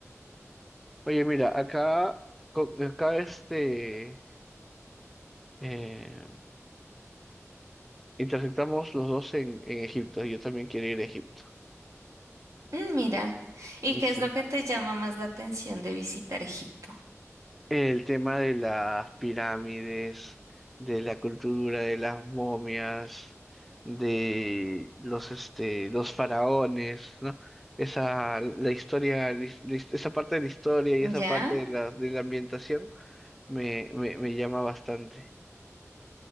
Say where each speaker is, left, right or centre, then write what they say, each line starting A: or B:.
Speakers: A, in the centre; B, on the right (about 80°).
A: Oye, mira, acá, co- acá este, eh, intersectamos los dos en, en Egipto. Yo también quiero ir a Egipto.
B: Mm, Mira, ¿y
A: Y
B: qué
A: sí.
B: es lo que te llama más la atención de visitar Egipto?
A: El tema de las pirámides, de la cultura, de las momias, de los este, los faraones, ¿no? Esa, la historia, la his- la his- esa parte de la historia y
B: ¿Ya?
A: esa parte de la, de la ambientación me, me, me llama bastante.